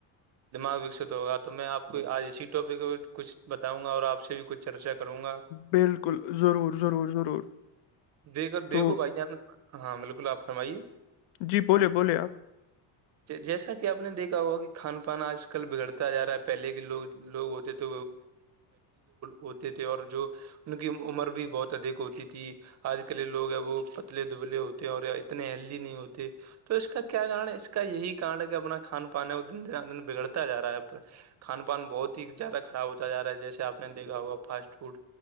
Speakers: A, on the right (about 35°); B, on the left (about 75°).
A: دماغ وکست ہوگا تو میں آپ کو آج اسی ٹاپک میں کچھ بتاؤں گا اور آپ سے بھی کچھ چرچا کروں گا
B: بالکل ضرور ضرور ضرور
A: دے کر
B: تو
A: دیکھو بھائی جان ہاں بالکل آپ فرمائیے
B: جی بولے بولے آپ
A: <inaudible> جیسا کہ آپ نے دیکا ہوا کہ کھان پان آج کل بگڑتا جا رہا ہے پہلے کے لوگ لوگ ہوتے تھ ہوتے تھے اور جو ان کی عمر بھی بہت ادھک ہوتی تھی آج کل لوگ ہیں وہ پتلے دبلے ہوتے ہیں اور اتنے ہیلدی نہیں ہوتے تو اس کا کیا کارن ہے اس کا یہی کارن ہے کہ اپنا کھان پان کو د دن بگڑتا جا رہا ہے کھان پان بہت ہی زیادہ خراب ہوتا جا رہا ہے جیسے آپ نے دیکا ہوا فاسٹ فوڈ